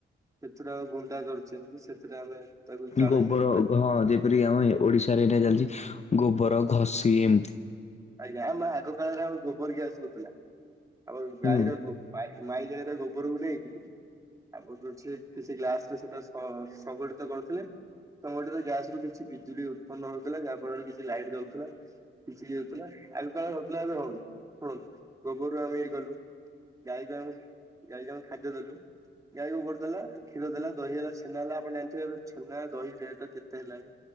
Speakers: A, on the right; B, on the left.
A: ସେଥିରେ ଆମେ ଗୁଣ୍ଡା କରୁଛେ ସେଥିରେ ଆମେ ତାକୁ ଜାଳେଣୀ
B: ଗୋବର
A: ଉପରେ
B: ହଁ ଯେପରିକି ଆମ ଓଡିଶାରେ ଏଇଟା ଚାଲିଛି। ଗୋବର ଘଷି ଏମତି
A: ଆଜ୍ଞା ଆମେ ଆଗ କାଳରେ ଆମ ଗୋବର ଗ୍ୟାସ ହଉଥିଲା। ଆମ
B: ହୁଁ
A: ଗାାଇର ଗୋ ବାଇ ମାଇ ଜାଗାରେ ଗୋବରକୁ ନେଇକି ଆପର୍ ସେ କିଛି ଗ୍ଲାସ ରେ ସେଟା ସଂଗଠିତ କରୁଥିଲେ ସଂଗଠିତ ଗ୍୍ୟାସ ରୁ କିଛି ବିଜୁଳି ଉତ୍ପନ୍ନ ହଉଥିଲା। ଯାହା ଫଳରେ କିଛି ଲାଇଟ ଯାଉଥିଲା। କିଛି ଥିଲା ଆଗ କାଳରେ ହଉଥିଲା ଏବେ ହଉନୀ ଗୋବରରୁ ଆମେ ଇ କଲୁ ଗାଈକୁ ଆମେ ଗାଈକୁ ଆମେ ଖାଦ୍ୟ ଦେଲୁ ଗାଈକୁ ଗୋବର ଦେଲା କ୍ଷୀର ଦେଲା ଦହି ହେଲା ଛେନା ହେଲା ଆପଣ ଜାଣିଥିବେ ଏ ଛେନା ଦହି ରେଟ କେତେ ହେଲାଣି?